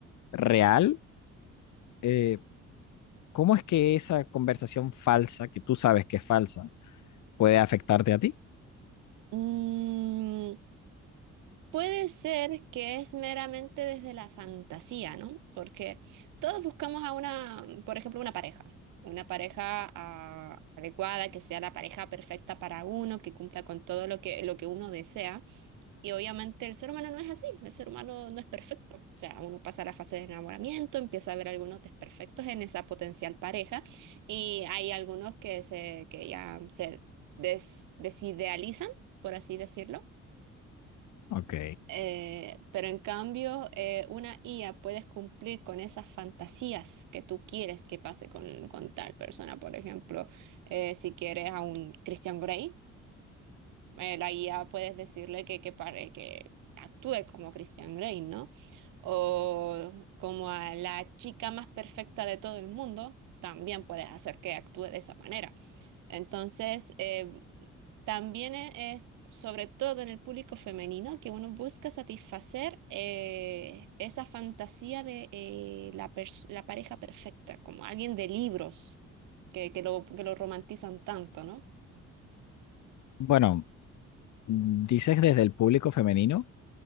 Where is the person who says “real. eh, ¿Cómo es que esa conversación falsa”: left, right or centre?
Left